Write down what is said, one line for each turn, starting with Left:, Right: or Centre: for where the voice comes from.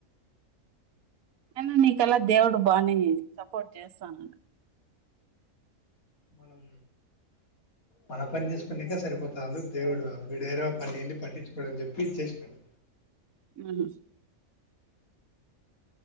Right: ఐన నీకల్లా దేవుడు బాని సపోర్ట్ చేస్ తనగ్
Left: మనం మన పని చేసుకునేకే సరిపోతా అందుకు దేవుడు వీడేరో పని ఏంది పట్టించుకోడు అని చెప్పి ఇచ్చేసినాడు
Right: మ్మ్ హు